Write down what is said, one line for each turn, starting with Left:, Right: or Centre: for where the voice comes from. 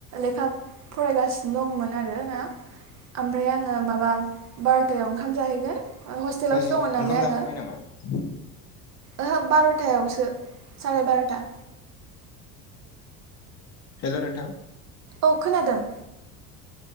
Right: लेखा फरायगासिनो दंमोन आर ना ओमफ्राय आङो माबा बार'थायाव ओंखाम जाहैगोन हस्टेलावसो
Left: ओमफ्राय
Right: दङ नालाय
Left: ओंखाम
Right: आङो
Left: जाखांबाय <inaudible>
Right: ओहो बार'थायावसो साराय बार'था
Left: हेल' नोंथां
Right: औ खोनादों